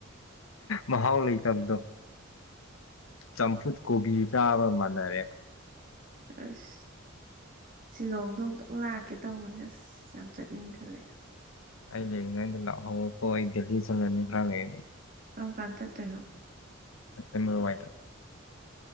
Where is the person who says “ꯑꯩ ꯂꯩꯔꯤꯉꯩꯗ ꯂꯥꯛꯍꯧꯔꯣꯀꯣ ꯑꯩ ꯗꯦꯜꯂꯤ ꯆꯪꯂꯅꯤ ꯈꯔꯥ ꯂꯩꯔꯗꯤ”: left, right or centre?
Left